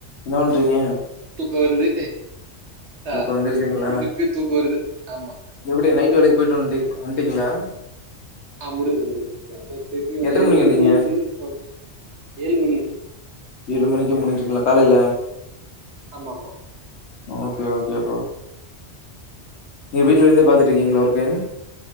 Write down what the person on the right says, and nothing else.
தூக்கோ வருது தா
குளிச்சிட்டு தூக்கோ வருது ஆமா
ஆ முடிஞ்சுச்சு முடிஞ்சு அதா திருப்பியு
ஏழு மணிக்கு
முடிஞ்சுச்சு இப்ப ஏழு மணி
ஆமா ஆமா